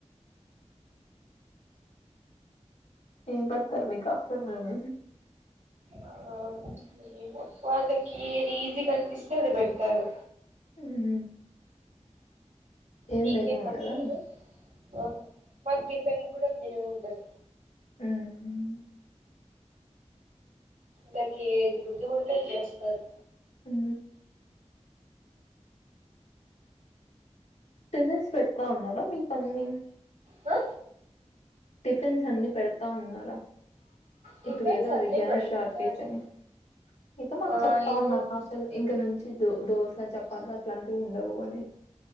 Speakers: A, on the left (about 65°); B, on the right (about 85°).
A: ఏం పడత్తరు మీకు ఆఫ్టర్నూన్
B: ఆ ఏమో వాళ్ళకి ఏది ఈజీగా అనిపిస్తే పెట్టరు
A: హ్మ్ ఏం
B: మీకేం
A: మెనూ
B: పట్టారు
A: ఉండదా?
B: ఆహా మాక్ టిఫన్ కూడం ఏం ఉండదు
A: మ్
B: నాకి ఏది బుద్ధి పుడితే అద్ జేస్తాను
A: ఉ పెజెల్స్ పెడతా ఉన్నారా మీకన్ని
B: ఆ
A: టిఫిన్స్ అన్ని పెడతా ఉన్నారా
B: టిఫిన్స్
A: ఇప్పుడు ఏదో అది
B: అన్ని
A: గ్యాస్
B: పెడతారు
A: షార్టేజ్ అనేసి ఎతో మాక్
B: ఆ
A: చెప్తా
B: ఈరోజు
A: ఉన్నారు అసలు ఇంక నుంచి దో దోశ చపాతి అట్లాంటివి ఉండవు అని